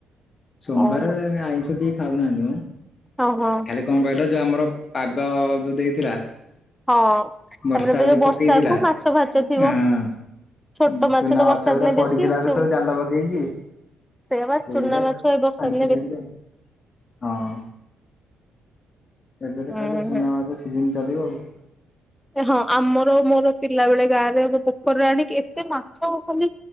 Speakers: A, on the left; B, in the centre.
A: ସୋମବାର
B: ଓହୋ
A: ଆଇଁଷ କେହି ଖାଉନାହାନ୍ତ ମ
B: ଓ ହୋ।
A: କାଲି କଣ କହିଲ ଯଉଁ ଆମର ପାଗ ଯଉଁ ଦେଇଥିଲା।
B: ହଁ ତାପରେ
A: ବର୍ଷା
B: ଏବେ ଯୋଉ ବର୍ଷାକୁ
A: ପକେଇଥିଲା
B: ମାଛ ଫାଚ ଥିବ।
A: ହଁ
B: ଛୋଟ ମାଛ
A: ଚୁନା
B: ତ ବର୍ଷା
A: ଗୁରା
B: ଦିନେ
A: ପଡିଥିଲା
B: ବେଶୀ
A: ତ
B: ଚ
A: ସବୁ ଜାଲ ପକେଇକି
B: ସେଇଆ ବା
A: ସେଗୁରା
B: ଚୁନା ମାଛ ଏ ବର୍ଷା
A: ଆଣିଥିଲି
B: ଦିନେ ବେଶୀ
A: ଆଣିକି ଆଉ ହଁ। ଏବେ ତ
B: ହୁଁ।
A: ଖାଲି ଚୁନା ମାସ ସିଜିନ୍ ଚାଲିବ ଆଉ।
B: ହଁ ଆମର ମୋର ପିଲା ବେଳେ ଗାଁରେ ପୋଖରରେ ଆଣିକି ଏତେ ମାଛ ଖାଲି